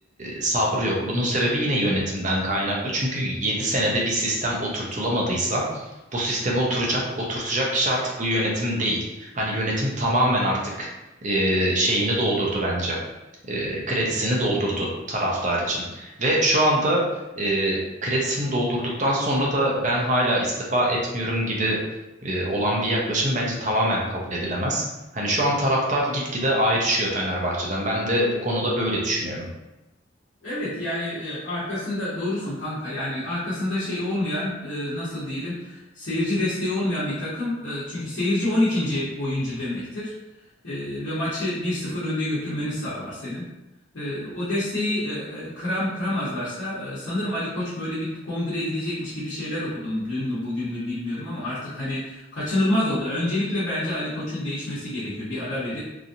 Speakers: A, on the right; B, on the left.
A: sabrı yok. Bunun sebebi yine yönetimden kaynaklı. Çünkü 7 senede bir sistem oturtulamadıysa bu sisteme oturacak oturtacak kişi artık bu yönetim değil. Hani yönetim tamamen artık e, şeyini doldurdu bence. E, kredisini doldurdu taraftar için. Ve şu anda e, kredisini doldurduktan sonra da ben hala istifa etmiyorum gibi e, olan bir yaklaşım bence tamamen kabul edilemez. Hani şu an taraftar gitgide ayrışıyor Fenerbahçe'den. Ben de bu konuda böyle düşünüyorum.
B: Evet yani e, arkasında doğrusun kanka yani arkasında şey olmayan e, nasıl diyelim seyirci desteği olmayan bir takım E, çünkü seyirci 12. oyuncu demektir E, ve maçı bir sıfır önde götürmeni sağlar senin. E, o desteği e, e, kıram kıramazlarsa e, sanırım Ali Koç böyle bir kongreye gidecekmiş gibi şeyler okudum dün mü bugün mü bilmiyorum ama artık hani kaçınılmaz oldu. Öncelikle bence Ali Koç'un değişmesi gerekiyor bir ara verip